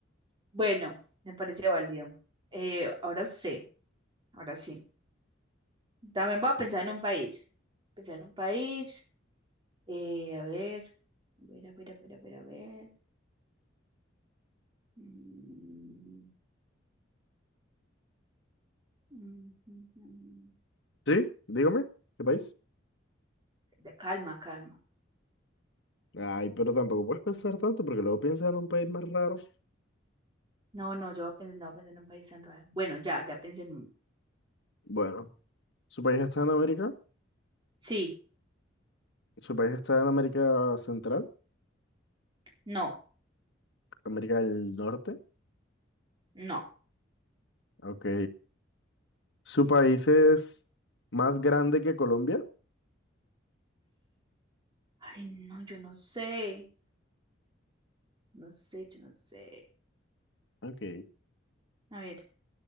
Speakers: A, on the right; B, on the left.
A: Bueno, me parece válido. Eh, ahora usted, ahora sí. También voy a pensar en un país. Pensar en un país. eh, a ver, a ver, a ver, a ver, a ver, a ver. Mm, mm, mm, mm. mm.
B: ¿Sí? Dígame, ¿qué país?
A: De- Calma, calma.
B: Ay, pero tampoco puedes pensar tanto porque luego piensas en un país más raro.
A: No, no, yo pensé, no pensé en un país tan raro. Bueno, ya, ya pensé en uno.
B: Bueno, su país está en América.
A: Sí,
B: Su país está en América Central,
A: no,
B: América del Norte.
A: no.
B: Ok. Su país es más grande que Colombia.
A: Ay, no, yo no sé. No sé, yo no sé.
B: Ok.
A: A ver,